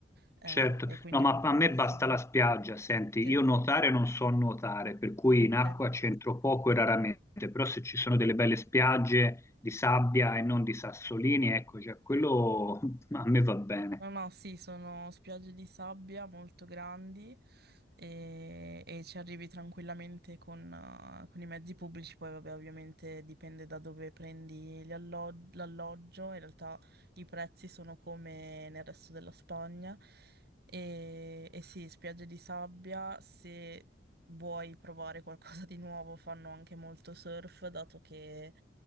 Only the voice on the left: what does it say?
Certo,
no, ma
a me
basta la spiaggia, senti,
io nuotare non so nuotare, per cui
in acqua c'entro poco e raramente, però se ci sono delle belle spiagge di sabbia e non di sassolini, ecco, già quello <laughs> a me va bene.